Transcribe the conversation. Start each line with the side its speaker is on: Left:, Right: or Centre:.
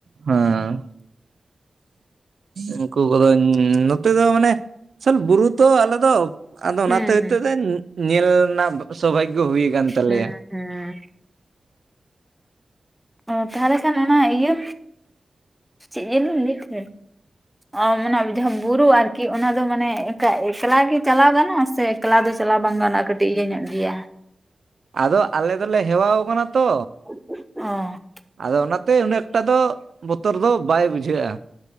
Right: ᱦᱮᱸ, ᱩᱱᱠᱩ ᱠᱚᱫᱚ ᱱᱚᱛᱮ ᱫᱚ ᱢᱟᱱᱮ <inaudible> ᱵᱩᱨᱩ ᱛᱚ ᱟᱞᱮ ᱫᱚ᱾ ᱟᱫᱚ ᱚᱱᱟᱛᱮ
Centre: ᱦᱩᱸ
Right: ᱦᱚᱭᱛᱳ
Centre: ᱦᱩᱸ
Right: ᱫᱚᱧ <inaudible> ᱧᱮᱞ ᱨᱮᱱᱟᱜ ᱥᱳᱵᱟᱜᱚ ᱦᱩᱭ ᱟᱠᱟᱱ ᱛᱟᱞᱮᱭᱟ᱾
Centre: ᱦᱩᱸ ᱦᱩᱸ ᱚ ᱛᱟᱦᱚᱞᱮ ᱠᱷᱟᱱ ᱚᱱᱟ ᱤᱭᱟᱹ ᱪᱮᱫ ᱡᱮᱞᱤᱧ ᱞᱟᱹᱭ <inaudible> ᱚ ᱢᱟᱱᱮ ᱡᱟᱦᱟᱸ ᱵᱩᱨᱩ ᱟᱨᱠᱤ ᱚᱱᱟ ᱫᱚ ᱢᱟᱱᱮ ᱮᱠᱞᱟ ᱜᱮ ᱪᱟᱞᱟᱣ ᱜᱟᱱᱚᱜ-ᱟ ᱥᱮ ᱮᱠᱞᱟ ᱫᱚ ᱪᱟᱞᱟᱣ ᱵᱟᱝ ᱜᱟᱱᱚᱜ-ᱟ ᱠᱟᱹᱴᱤᱡ ᱤᱭᱟᱹ ᱧᱚᱜ ᱜᱮᱭᱟ?
Right: ᱟᱫᱚ ᱟᱞᱮ ᱫᱚᱞᱮ ᱦᱮᱣᱟᱣ ᱠᱟᱱᱟ ᱛᱚ᱾
Centre: ᱚ
Right: ᱟᱫᱚ ᱚᱱᱟᱛᱮ ᱩᱱᱟᱹᱜ ᱮᱠᱴᱟ ᱫᱚ ᱵᱚᱛᱚᱨ ᱫᱚ ᱵᱟᱭ ᱵᱩᱡᱷᱟᱹᱜ-ᱟ,